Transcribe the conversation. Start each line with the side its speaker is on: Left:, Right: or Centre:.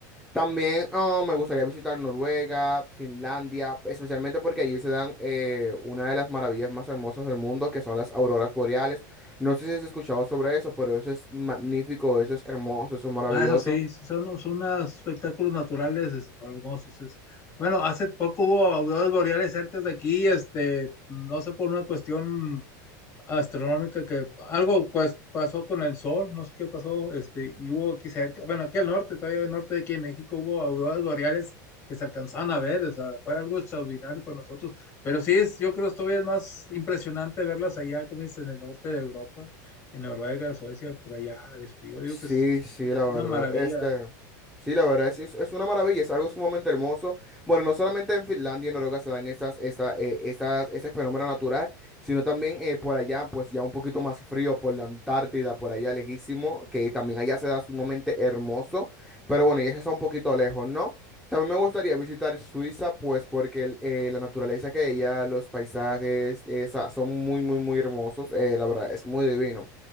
Centre: También ah, me gustaría visitar Noruega, Finlandia, especialmente porque allí se dan eh, una de las maravillas más hermosas del mundo, que son las auroras boreales. No sé si has escuchado sobre eso, pero eso es magnífico, eso es hermoso, eso es maravilloso.
Left: Ah, eso sí, sí, son, son unos espectáculos naturales es- hermosos. es- Bueno, hace poco hubo auroras boreales cerca de aquí, este, no sé por una cuestión astronómica que algo pues, pasó con el sol, no sé qué pasó, este, y hubo aquí cerca, bueno, aquí al norte, todavía al norte de aquí en México hubo auroras boreales que se alcanzaban a ver, o sea, fue algo extraordinario para nosotros, pero sí es, yo creo que todavía es más impresionante verlas allá, como dices, en el norte de Europa, en Noruega, Suecia, por allá, este, yo digo
Centre: Sí,
Left: que es
Centre: sí, la
Left: una
Centre: verdad.
Left: maravilla
Centre: Este, sí, la verdad, es, es, es una maravilla, es algo sumamente hermoso. Bueno, no solamente en Finlandia y Noruega se dan estas, esta, eh, estas, ese fenómeno natural, sino también eh, por allá, pues ya un poquito más frío, por la Antártida, por allá lejísimo, que también allá se da sumamente hermoso. Pero bueno, y eso está un poquito lejos, ¿no? También me gustaría visitar Suiza, pues porque el- eh, la naturaleza que hay allá, los paisajes, esa, son muy, muy, muy hermosos. eh, la verdad, es muy divino.